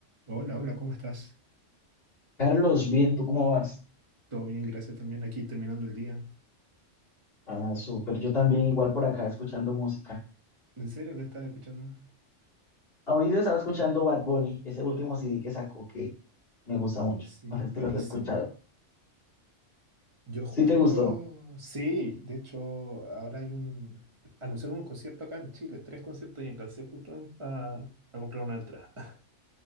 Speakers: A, on the right; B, on the left.
A: Hola, hola, ¿cómo estás?
B: Carlos, bien, ¿tú cómo vas?
A: Todo bien, gracias también. Aquí terminando el día.
B: Ah, súper, yo también igual por acá escuchando música.
A: ¿En serio que estás escuchando?
B: Ahorita estaba escuchando Bad Bunny, ese último CD que sacó que me gusta
A: Buenísimo,
B: mucho. No sé
A: buenísimo.
B: si lo has escuchado.
A: Yo justo,
B: Sí, te gustó.
A: sí, de hecho, ahora hay un, anunciaron un concierto acá en Chile, tres conciertos y alcancé justo en- a, a comprar una entrada. <laughs>